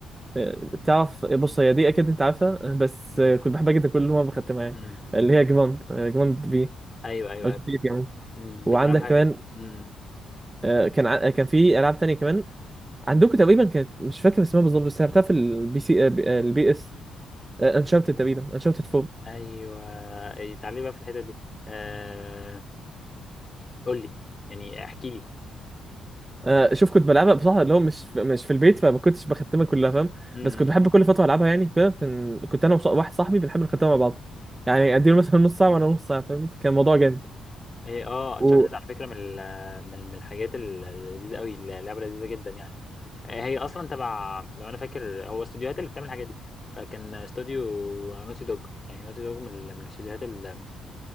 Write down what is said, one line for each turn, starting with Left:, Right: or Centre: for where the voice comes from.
Right: آه تعرف بص هي دي اكيد انت عارفها آه، بس آه كنت بحبها جدا كل مره بختمها يعني
Left: امم
Right: اللي هي جراند آه جراند بي
Left: ايوه ايوه
Right: او
Left: ايوه
Right: جي تي يعني
Left: أمم،
Right: وعندك
Left: بتلعب حاجه
Right: كمان
Left: امم
Right: آه كان ع- كان في العاب تانية كمان عندكم تقريبا كانت مش فاكر اسمها بالظبط بس لعبتها في البي سي آه البي اس انشارتد تقريبا انشارتد
Left: ايوه إيه، تعالي بقى في الحتت دي آه... قول لي يعني احكي لي
Right: آه، شوف كنت بلعبها بصراحه اللي هو مش في- مش في البيت فما كنتش بختمها كلها فاهم
Left: امم
Right: بس كنت بحب كل فتره العبها يعني كده كان- كنت انا وص- واحد صاحبي بنحب نختمها مع بعض يعني اديله مثلا نص ساعه وانا نص ساعه فاهم كان الموضوع جامد
Left: ايه اه انشارتد
Right: و...
Left: على فكره من ال- من من الحاجات اللذيذه قوي اللعبه لذيذه جدا يعني هي اصلا تبع لو انا فاكر هو استوديوهات اللي بتعمل الحاجات دي فكان استوديو نوتي دوج يعني نوتي دوج من ال- من الاستوديوهات ال-